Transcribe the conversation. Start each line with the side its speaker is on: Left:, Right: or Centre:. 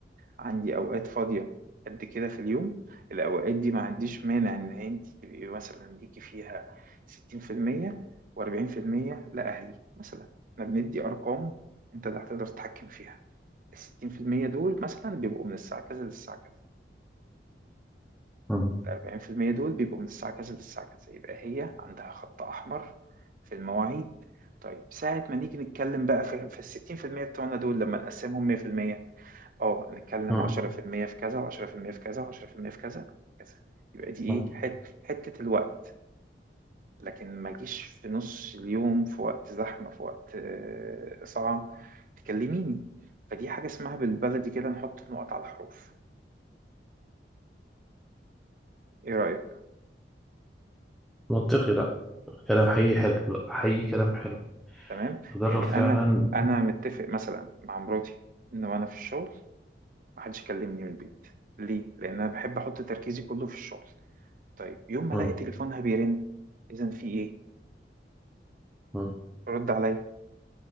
Right: عندي أوقات فاضية قد كده في اليوم الأوقات دي ما عنديش مانع إن أنت تبقي مثلا ليكي فيها ستين في المية وأربعين في المية لأهلي مثلا إحنا بندي أرقام أنت اللي هتقدر تتحكم فيها الستين في المية دول مثلا بيبقوا من الساعة كذا للساعة كذا
Centre: مم.
Right: الأربعين في المية دول بيبقوا من الساعة كذا للساعة كذا يبقى هي عندها خط أحمر في المواعيد طيب ساعة ما نيجي نتكلم بقى في في الستين في المية بتوعنا دول لما نقسمهم مية في المية اه نتكلم
Centre: مم.
Right: 10% في المية في كذا و10% في كذا و10% في كذا كذا يبقى دي ايه
Centre: مم.
Right: حت... حتة الوقت لكن ما جيش في نص اليوم في وقت زحمة في وقت آه، صعب تكلميني فدي حاجة اسمها بالبلدي كده نحط النقط على الحروف ايه رأيك
Centre: منطقي لا كلام حقيقي حلو لا حقيقي كلام حلو
Right: تمام
Centre: تدرب
Right: يعني
Centre: فعلا
Right: انا انا متفق مثلا مع مراتي ان وانا في الشغل محدش يكلمني من البيت ليه لان انا بحب احط تركيزي كله في الشغل طيب يوم ما
Centre: مم.
Right: الاقي تليفونها بيرن اذا في ايه
Centre: مم.
Right: رد عليا